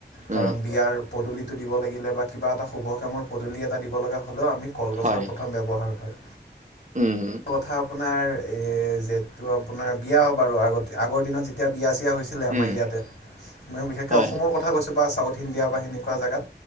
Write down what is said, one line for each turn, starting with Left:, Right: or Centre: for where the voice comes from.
Right: উম,
Left: কাৰণ বিয়াৰ পদূলিটো দিব লাগিলে বা কিবা এটা শুভ কামৰ পদুলি এটা দিব লগা হ'লেও আমি কলগছৰ
Right: হয়,
Left: প্ৰথম ব্যৱহাৰ হয়
Right: উম,
Left: কথা আপোনাৰ এ যিহেতু আপোনাৰ বিয়া বাৰু আগত আগৰ দিনত এতিয়া বিয়া চিয়া হৈছিলে আমাৰ
Right: উম,
Left: ইয়াতে মই বিশেষকৈ
Right: হয়,
Left: অসমৰ কথা কৈছোঁ বা চাউথ ইণ্ডিয়া বা সেনেকুৱা জেগাত